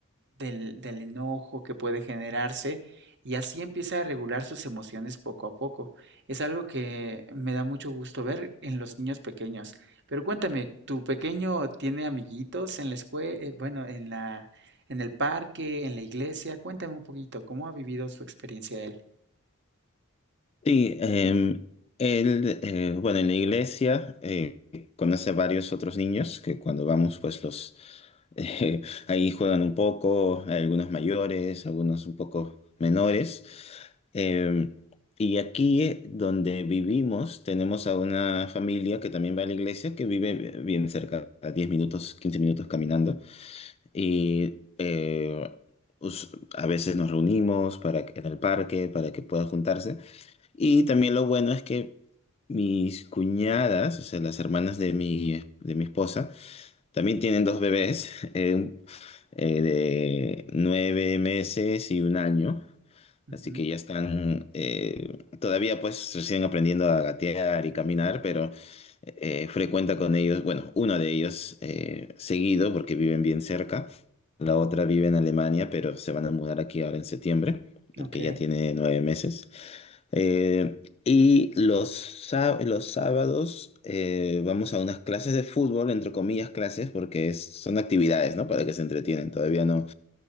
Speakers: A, on the right (about 55°); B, on the left (about 30°).
A: del, del enojo que puede generarse y así empieza a regular sus emociones poco a poco. Es algo que me da mucho gusto ver en los niños pequeños. Pero cuéntame, ¿tu pequeño tiene amiguitos en la escuela, bueno, en la, en el parque, en la iglesia? Cuéntame un poquito, ¿cómo ha vivido su experiencia él?
B: Sí, em, él, eh, bueno, en la iglesia eh, conoce a varios otros niños que cuando vamos pues los, Eh, <laughs> ahí juegan un poco, hay algunos mayores, algunos un poco menores. Eh, y aquí eh, donde vivimos tenemos a una familia que también va a la iglesia, que vive bien cerca, a 10 minutos, 15 minutos caminando. Y eh, us- a veces nos reunimos para, que- en el parque para que puedan juntarse. Y también lo bueno es que mis cuñadas, o sea, las hermanas de mi, de mi esposa, también tienen dos bebés, eh, un- eh, de nueve meses y un año,
A: Ujú,
B: así que ya están, eh, todavía pues recién aprendiendo a gatear y caminar, pero eh, frecuenta con ellos, bueno, uno de ellos eh, seguido porque viven bien cerca, la otra vive en Alemania, pero se van a mudar aquí ahora en septiembre,
A: ujú,
B: el
A: ok,
B: que ya tiene nueve meses. Eh, y los, sá- los sábados eh, vamos a unas clases de fútbol, entre comillas clases, porque es- son actividades, ¿no? Para que se entretienen. Todavía no,